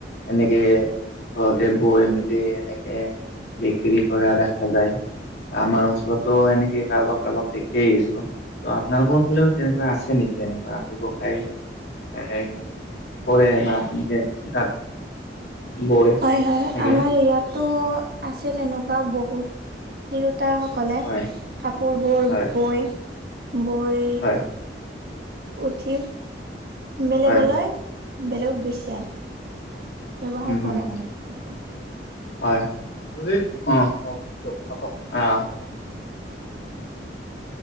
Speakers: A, on the left (about 70°); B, on the right (about 60°).
A: এনেকে ঘৰতে বৈ মেলি এনেকে বিক্ৰী কৰা দেখা যায়। আমাৰ অঞ্চলতো এনেকে কাৰোবাক কাৰোবাক দেখিয় আহিছো। ত' আপোনালোকৰ ফালেও তেনেকুৱা আছে নেকি? তেনেকুৱা ব্যৱসায় এ কৰে বা এনেকে তাত বৈ
B: হয় হয়
A: এনেকে
B: আমাৰ ইয়াতো আছে তেনেকুৱা বহুত তিৰতাসকলে
A: হয়
B: কাপোৰবোৰ
A: হয়
B: বৈ বৈ
A: হয়
B: উঠি বেলেগলৈ
A: হয়
B: বেলেগত বছে ব্যৱসায়
A: উম হম
B: কৰে মানে তেওঁলোকে।
A: হয়- অ অ দিয় <unintelligible> অ